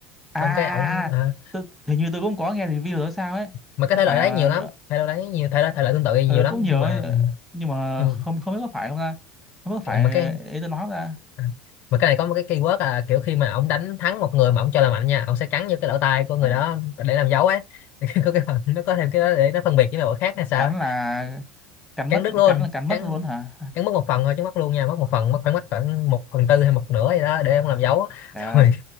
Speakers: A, in the centre; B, on the left (about 55°).
A: à,
B: xong cái ổng
A: à, à,
B: à,
A: tôi, hình như tôi cũng có nghe review rồi sao ấy
B: mà cái
A: có
B: thể
A: phải
B: loại
A: là
B: đấy nhiều lắm thể loại đấy nhiều thể loại thể loại tương tự nhiều
A: ừ,
B: lắm
A: cũng nhiều
B: nhưng mà,
A: ấy, ờ,
B: ừ,
A: nhưng mà
B: nhưng
A: không
B: mà
A: không biết có phải không ta không biết có phải
B: mà cái
A: ý tôi nói không ta
B: À, mà cái này có một cái keyword là kiểu khi mà ông đánh thắng một người mà ông cho là mạnh nha ông sẽ cắn vô cái lỗ tai của người
A: ừ.
B: đó để làm dấu ấy <laughs> có cái phần nó có thêm cái đó để nó phân biệt với mấy khác hay sao
A: cắn
B: ấy.
A: là cắn
B: cắn
A: mất
B: đứt luôn
A: cắn là cắn
B: cắn
A: mất luôn hả
B: cắn mất một phần thôi chứ mất luôn nha mất một phần mất khoảng mất khoảng một phần tư hay một nửa gì đó để ông làm dấu <laughs>
A: trời
B: rồi
A: ơi